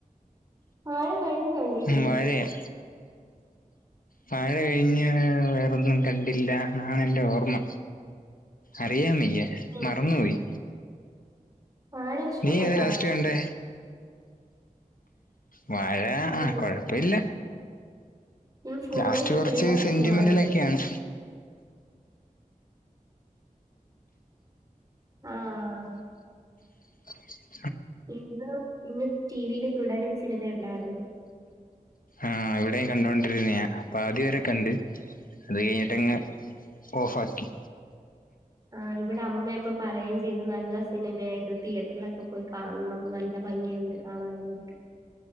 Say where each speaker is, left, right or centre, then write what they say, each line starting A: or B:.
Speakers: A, on the right; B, on the left.
A: വാഴ കഴിഞ്ഞ് കണ്ടില്ലേ?
B: ഉം വാഴയാ വാഴ കഴിഞ്ഞ് വേറൊന്നും കണ്ടില്ല എന്നാണ് എന്റെ ഓർമ്മ. അറിയാൻ വയ്യ,
A: ഉം
B: മറന്നുപോയി.
A: വാഴ ഇഷ്ടപ്പെട്ടോ
B: നീ ഏതാ ലാസ്റ്റ് കണ്ടേ? വാഴ,
A: ഞാൻ
B: ആഹ് കൊഴപ്പയില്ല.
A: ഞാൻ ഫോണില്
B: ലാസ്റ്റ് കൊറച്ച്
A: ദൃഢം
B: സെന്റിമെന്റലൊക്കെയാണ്.
A: സിനിമ കണ്ട് ആഹ്
B: <inaudible>
A: ഇന്ന്, ഇന്ന് ടിവിയില് തുടരും സിനിമയുണ്ടായിര്ന്നു.
B: ആഹ്, ഇവടെയും കണ്ടോണ്ടിരുന്നെയാ പകുതി വരെ കണ്ട് അത് കഴിഞ്ഞിട്ടങ്ങ് ഓഫാക്കി
A: ആഹ്, ഇവിടെ അമ്മയിപ്പൊ പറയേം ചെയ്ത് നല്ല സിനിമയായിത്, തിയേറ്ററിലൊക്കെ പോയി കാണണം നല്ല ഭംഗിയുണ്ട് കാണാൻ വേണ്ടിയിട്ട്